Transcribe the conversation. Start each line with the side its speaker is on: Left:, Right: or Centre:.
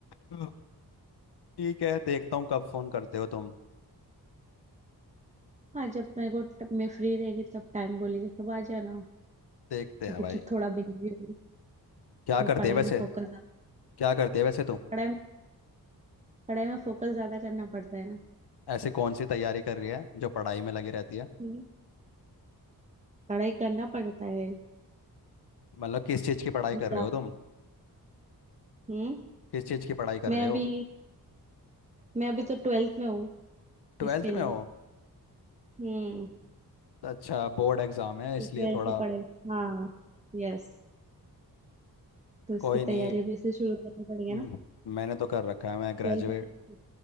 Left: हाँ। ठीक है देखता हूँ कब फोन करते हो तुम
Right: हाँ जब मेरे को तब मैं फ्री रहेगी तब टाइम बोलेगी तब आ जाना
Left: देखते हैं
Right: अभी
Left: भाई
Right: तो थोड़ा बिजी हूँ
Left: क्या
Right: और
Left: करते
Right: पढ़ाई
Left: है वैसे
Right: में फोकस ज्यादा
Left: क्या करते है वैसे तुम
Right: पढ़ाई पढ़ाई में फोकस ज्यादा करना पड़ता है ना
Left: ऐसी कौन सी तैयारी कर रही है जो पढ़ाई में लगी रहती है
Right: हम्म, पढ़ाई करना पड़ता है
Left: मतलब किस चीज़ की पढ़ाई
Right: ज्यादा।
Left: कर रहे हो तुम
Right: हम्म
Left: किस चीज़ की पढ़ाई कर
Right: मैं
Left: रहे
Right: अभी
Left: हो
Right: मैं अभी तो ट्वेल्थ में हूँ
Left: ट्वेल्थ
Right: इसके लिए
Left: में हो
Right: हम्म
Left: अच्छा बोर्ड एग्जाम है इसलिए
Right: तो ट्वेल्थ
Left: थोड़ा
Right: की पढ़ाई हाँ यस तो उसकी
Left: कोई नहीं
Right: तैयारी अभी से शुरू करनी पड़ेगी
Left: हम्म,
Right: ना
Left: मैंने तो कर रखा है मैं ग्रेजुएट
Right: ट्वेल्थ में तो-